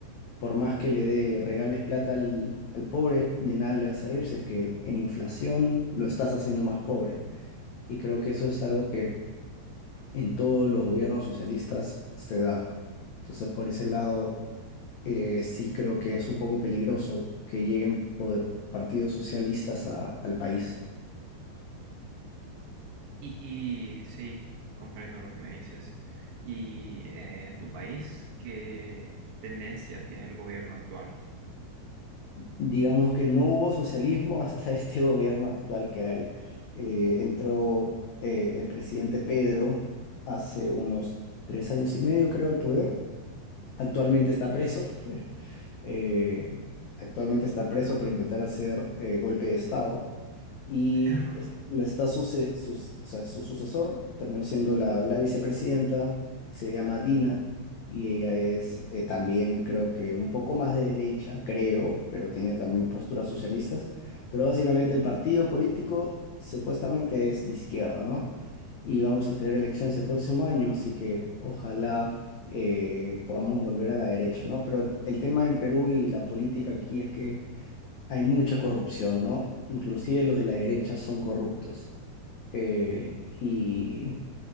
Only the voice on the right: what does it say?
Y, y sí, comprendo lo que me dices. Y eh, en tu país, ¿qué tendencia tiene el gobierno actual?
<laughs> Creo